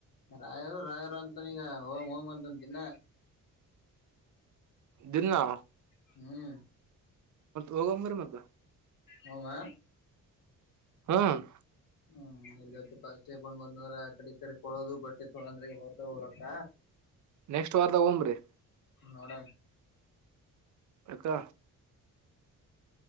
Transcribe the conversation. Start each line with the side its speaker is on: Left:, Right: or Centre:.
Left: ರಾಯರು ರಾಯರು ಅಂತಾನ ಈಗ ಂೋಂ ಅಂತ ತಿನ್ನ
Right: ದನ್ನ
Left: ಹ್ಮ್
Right: ಹೋಗಂಬ್ರಿ ಮತ್ತ
Left: ಹಮ್ಮ
Right: ಹ್ಮ್
Left: ಹ್ಮ್ ಇಲ್ಲಿತ್ತು ಪಸ್ೇ ಬೊಂಡ್ ಬಂದ್ಂದ್ರ ಕಡೆ ಈ ಕಡೆ ಕೊಡೋದು ಬಟ್ಟೆ ತೊಗಂದ್ರ ಹೋಗತ ಹೊರಕ್ಕ
Right: ನೆಕ್ಸ್ಟ್ ವಾರದ ಒಓ್್ರಿ
Left: ಹ್ಮ ನೋಡ
Right: ಅಕ್ಕ